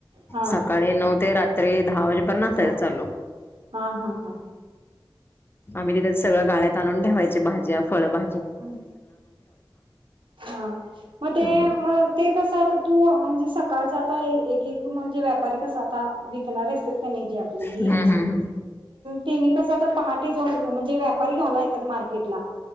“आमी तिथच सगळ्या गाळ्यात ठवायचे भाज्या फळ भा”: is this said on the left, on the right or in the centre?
Left